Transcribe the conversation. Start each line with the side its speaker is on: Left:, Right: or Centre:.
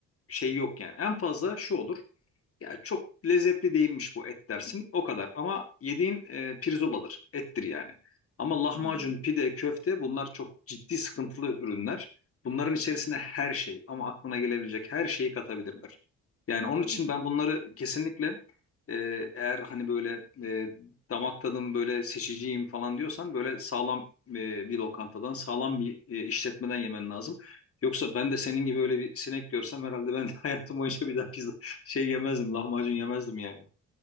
Left: şey yok yani. En fazla şu olur. Ya çok lezzetli değilmiş bu et dersin o kadar ama yediğin e, pirzoladır ettir yani. Ama lahmacun,
Centre: Hı hı.
Left: pide, köfte bunlar çok ciddi sıkıntılı ürünler. Bunların içerisine her şey ama aklına gelebilecek her şeyi katabilirler. Yani onun için
Centre: Hı hı.
Left: ben bunları kesinlikle e, eğer hani böyle e, damak tadım böyle seçiciyim falan diyorsan böyle sağlam e, bir lokantadan sağlam bir e, işletmeden yemen lazım. Yoksa ben de senin gibi öyle bir sinek görsem herhalde ben de <laughs> hayatım boyunca bir daha pizza şey yemezdim, lahmacun yemezdim yani.